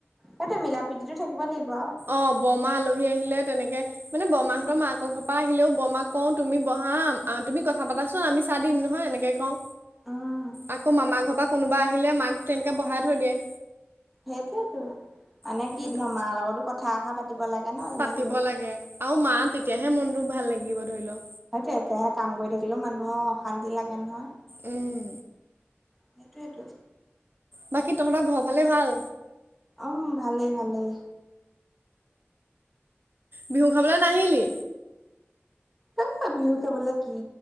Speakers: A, in the centre; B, on the right.
A: সেইটো মিলা প্ৰীতিতো থাকিব লাগিব আও।
B: অ বমা আলহী আহিলে তেনেকে মানে বৰমাহঁতৰ মাকৰ ঘৰ পৰা আহিলেও বমাক কওঁ তুমি বহা আহ তুমি কথা পতা চোন আমি চাহ দিম নহয় এনেকে কওঁ।
A: উম
B: আকৌ মামাৰ ঘৰ পৰা কোনোবা আহিলে মাক তেনেকে বঢ়াই থৈ দিয়ে।
A: সেইটোৱেটো মানে
B: সেইটো
A: কি ধৰ মাৰ লগতো কথা এখা পাতিব লাগে ন। যিমান
B: পাতিব
A: যি হ'লেও
B: লাগে আও মা তেতিয়াহে মনটো ভাল লাগিব ধৰি লও।
A: সেইটোৱে একেৰাহে কাম কৰি থাকিলেও মানুহৰ অশান্তি লাগে নহয়।
B: উম।
A: সেইটোৱেটো
B: বাকী তহঁতৰ ঘৰৰ ফালে
A: তাক
B: ভাল?
A: উম ভালে ভালেই।
B: বিহু খাবলে নাহিলি।
A: এ বিহু খাবলৈ কি